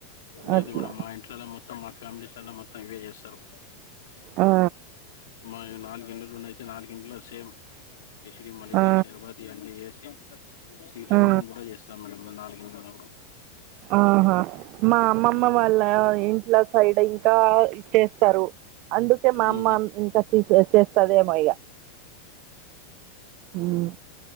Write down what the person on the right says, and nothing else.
అట్లా
ఆ
ఆ
ఆ
ఆహా మా అమ్మమ్మ
వాళ్ళ ఇంట్లో సైడ్ ఇ కా చేస్తారు అందుకే మా
అమ్మ ఇంకా చిసే చేస్తదేమో ఇగ మ్మ్